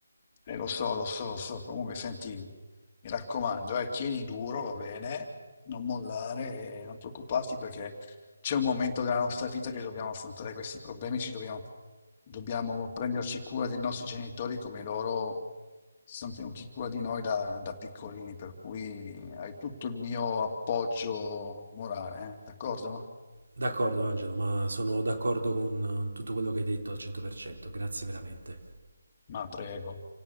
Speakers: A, on the left; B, on the right.
A: Eh, lo so, lo so, lo so. Comunque, senti, mi raccomando, eh, tieni duro, va bene, non mollare, eh, non preoccuparti perché c'è un momento della nostra vita che dobbiamo affrontare questi problemi, ci dobbiamo, dobbiamo prenderci cura dei nostri genitori come loro si sono tenuti cura di noi da, da piccolini, per cui hai tutto il mio appoggio morale, eh, d'accordo?
B: D'accordo Angelo, ma sono d'accordo con eh, tutto quello che hai detto al 100%, grazie veramente.
A: Ma prego.